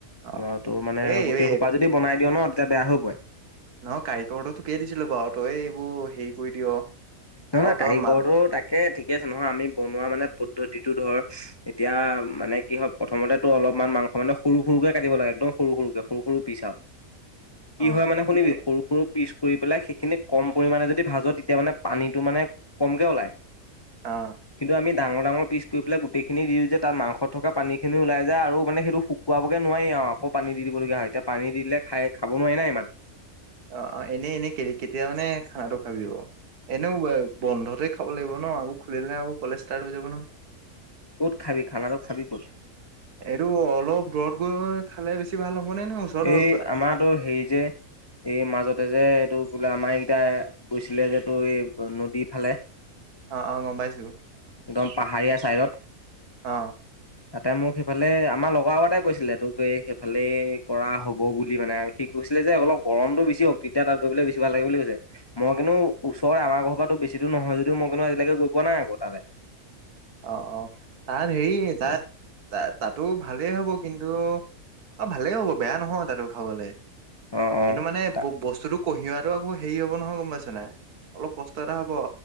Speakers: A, on the right (about 90°); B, on the left (about 40°).
A: অ
B: আহ
A: অ
B: তোৰ মানে
A: এই
B: গোটেই
A: এই
B: সোপা যদি বনাই দিয়ো ন তেতিয়া বেয়া হৈ পৰে
A: নহ কাইকৰটো থিকেই দিছিলো বাৰু তই এইবোৰ হেৰি কৰি দিয়
B: নহয়
A: আৰু
B: নহয়
A: তই
B: কাৰিকৰটো
A: মাত
B: তাকে ঠিকে আছে নহয় আমি বনোৱা মানে পদ্ধতি ধৰ এতিয়া মানে কি হয় প্ৰথমতেটো অলপমান মাংস মানে সৰু সৰুকে কাটিব লাগে একদম সৰু সৰু সৰুকে সৰু সৰু পিছ আও কি
A: অ
B: হয় মানে শুনিবি
A: এ
B: সৰু সৰু পিছ কৰি পেলাই সেইখিনি কম পৰিমণে যদি ভাজো তেতিয়া মানে পানীটো মানে কমকে ওলাই
A: অ
B: কিন্তু আমি ডাঙৰ ডাঙৰ পচ কৰি পেলাই গোটেইখিনি দিওঁ যে তাত মাংস থকা পানী খিনি ওলাই যায় আৰু মানে সেইটো শুকাবগে নোৱাৰি আৰু অ আকৌ পানী দি দিবলগীয়া হয় এতিয়া পানী দি দিলে খাই খাব নোৱি নাই ইমান
A: অ অ এনেই এনেই কে কেতিয়া মানে খানাটো খাবি অ এনেও বন্ধতে খাব লাগিব ন আকৌ খুলিলে আকৌ কলেজ ষ্টাৰ্ট হৈ যাব ন
B: ক'ত খাবি খানাটো খাবি ক'ত
A: এইটো অলপ ৰদ গৈ খালে বেছি ভাল হব নে নে ওচৰত
B: এই
A: হওক
B: আমাৰো হেৰি যে এই মাজতে যে এইটো বোলে আমাৰকেইটাই গৈছিলে যে টোৰ এই নদী ফালে
A: অ অ গম পাইছো
B: একদম পাহাৰীয়া ছাইডত
A: অ
B: তাতে মোক সেইফালে আমাৰ লগৰ আগতোই কৈছিলে তোক সেইফালে কৰা হ'ব বুলি মানে সি কৈছিলে যে অলপ গৰমতটো বেছি হওক তেতিয়া তাত গৈ পেলাই বেছি ভাল লাগে বুলি কৈছে মই কিন্তু কিন্তু ওচৰ আমাৰ ঘৰ পৰাতো বেছি দূৰ নহয় যদিও আজিলৈকে গৈ পোৱা নাই আকৌ তালৈ
A: অ অ তাত হেৰি
B: তাতে।
A: তাত তাতো ভালেই হ'ব কিন্তু অ ভালেই হ'ব বেয়া নহয় তাতো খাবলৈ
B: অ অ
A: কিন্তু মানে
B: তা
A: ব বস্তুতটো কঢ়িও এইটো আকৌ হেৰি হব নহয় গম পাইছ নাই অলপ কষ্ট এটা হ'ব